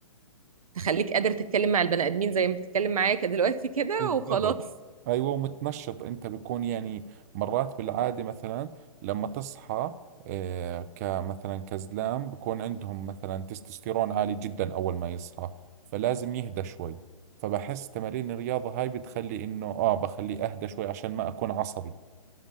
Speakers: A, on the right; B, on the right.
A: وتخليك قادر تتكلم مع البني ادمين زي ما بتتكلم معايا كده دلوقتي كده
B: بالضبط
A: وخلاص
B: ايوه ومتنشط انت بيكون يعني مرات بالعاده مثلا لما تصحى آه، كمثلا كزلام بكون عندهم مثلا تستوستيرون عالي جدا اول ما يصحى فلازم يهدى شوي فبحس تمارين الرياضه هاي بتخلي انه اه بخليه اهدى شوي عشان ما اكون عصبي